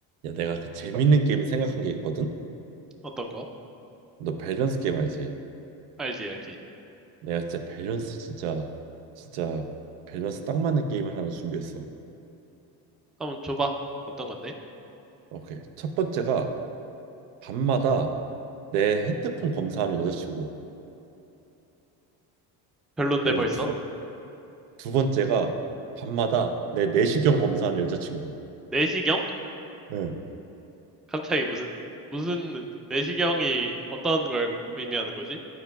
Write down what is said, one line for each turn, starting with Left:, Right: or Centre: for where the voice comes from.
Right: 야, 내가 그 재밌는 게임 생각한 게 있거든.
Centre: 어떤 거?
Right: 너 밸런스 게임 알지?
Centre: 알지, 알지.
Right: 내가 진짜 밸런스 진짜 진짜 밸런스 딱 맞는 게임을 하나 준비했어.
Centre: 한번 줘봐. 어떤 건데?
Right: 오케이. 첫 번째가 밤마다 내 핸드폰 검사하는 여자친구.
Centre: 별론데
Right: 그리고
Centre: 벌써?
Right: 두, 번- 두 번째가 밤마다 내 내시경 검사하는 여자친구.
Centre: 내시경?
Right: 예.
Centre: 갑자기 무슨, 무슨, 내시경이 어떤 걸 의미하는 거지?